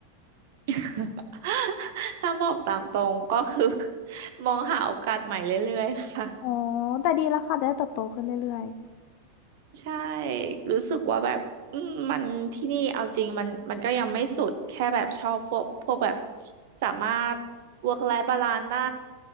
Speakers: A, on the right (about 50°); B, on the left (about 45°).
A: <laughs> ถ้าบอกตามตรงก็คือ <laughs> มองหาโอกาสใหม่เรื่อยๆค่ะ
B: อ๋อแต่ดีแล้วค่ะจะได้เติบโตขึ้นเรื่อย
A: ใช่ รู้สึกว่าแบบอืมมันที่นี่เอาจริงมันมันก็ยังไม่สุด แค่แบบชอบพวกพวกแบบสามารถ work life balance ได้